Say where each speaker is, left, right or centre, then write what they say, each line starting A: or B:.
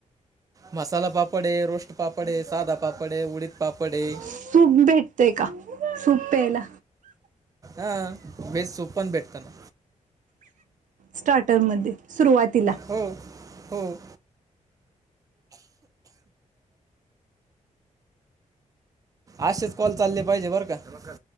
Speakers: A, on the right; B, on the right.
A: मसाला पापडे आहे, रोस्ट पापडे आहे, सादा पापड आहे उडीद पापडे आहे.
B: सूप भेटतय का सूप प्यायला
A: आं व्हेज सूप पण भेटता ना.
B: स्टार्टरमध्ये सुरुवातीला.
A: हो हो. असेच कॉल चालले पाहिजे बरं का?